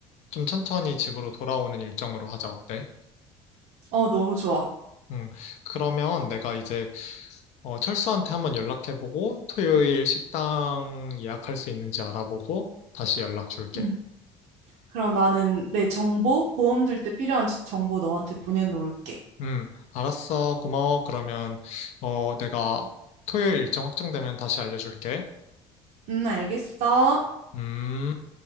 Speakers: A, on the left (about 65°); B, on the right (about 70°).
A: 좀 천천히 집으로 돌아오는 일정으로 하자, 어때?
B: 어, 너무 좋아.
A: 음, 그러면 내가 이제 어, 철수한테 한번 연락해보고 토요일 식당 예약할 수 있는지 알아보고 다시 연락 줄게.
B: 음. 그럼 나는 내 정보, 보험 들 때 필요한 정보 너한테 보내놓을게.
A: 음, 알았어. 고마워. 그러면 어, 내가 토요일 일정 확정되면 다시 알려줄게.
B: 음, 알겠어.
A: 음.